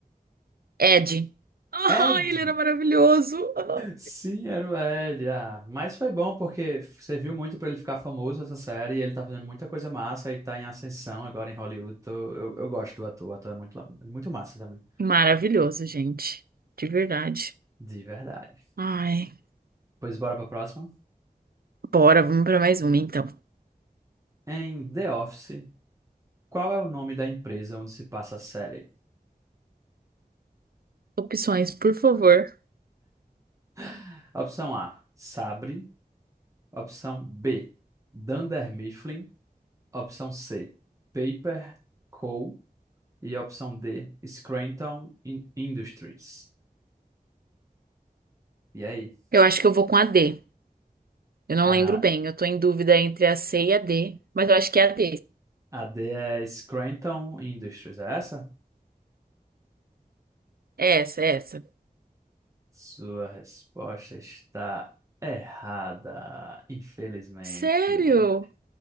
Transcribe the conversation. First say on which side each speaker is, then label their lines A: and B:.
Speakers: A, on the right; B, on the right.
A: Ed. Ah,
B: Ed!
A: ele era maravilhoso. Ah.
B: Sim, era o L. Ah, mas foi bom porque serviu muito para ele ficar famoso essa série. E ele tá fazendo muita coisa massa e tá em ascensão agora em Hollywood. Tô- eu, eu gosto do ator, o ator é muito, la- muito massa também.
A: Maravilhoso, gente. De verdade.
B: De verdade.
A: Ai.
B: Pois bora pra próxima.
A: Bora, vamos pra mais uma então.
B: Em The Office, qual é o nome da empresa onde se passa a série?
A: Opções, por favor.
B: <gasps> Opção A, Sabre. Opção B, Dunder Mifflin. Opção C, Paper Co. E opção D, Scranton In- Industries. E aí?
A: Eu acho que eu vou com a D. Eu não
B: A,
A: lembro bem, eu tô em dúvida entre a C e a D, mas eu acho que é a D.
B: a D é Scranton Industries, é essa?
A: É essa, é essa.
B: Sua resposta está errada, infelizmente.
A: Sério?